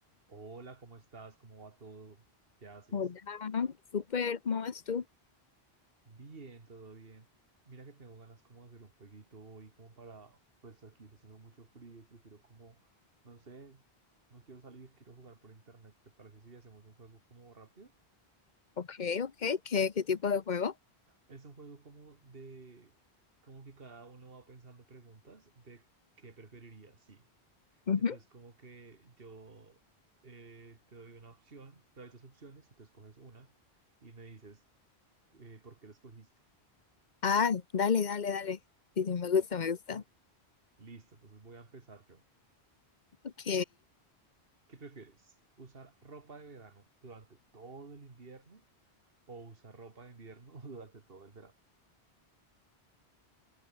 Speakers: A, on the right (about 60°); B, on the left (about 45°).
A: Hola, ¿cómo estás? ¿Cómo va todo? ¿Qué haces?
B: Hola, súper, ¿cómo vas tú?
A: Bien, todo bien. Mira que tengo ganas como de hacer un jueguito hoy, como para, pues aquí está haciendo mucho frío y prefiero como, no sé, no quiero salir, quiero jugar por internet. ¿Te parece si hacemos un juego como rápido?
B: Ok, ok, ¿qué, qué tipo de juego?
A: Es un juego como de, como que cada uno va pensando preguntas de qué preferiría, sí.
B: Ujú.
A: Entonces como que yo eh, te doy una opción, te doy dos opciones y tú escoges una y me dices eh, ¿por qué lo escogiste?
B: Ah, dale, dale, dale. Sí, sí, me gusta, me gusta.
A: Listo, entonces voy a empezar yo.
B: Ok,
A: ¿Qué prefieres? ¿Usar ropa de verano durante todo el invierno o usar ropa de invierno <laughs> durante todo el verano?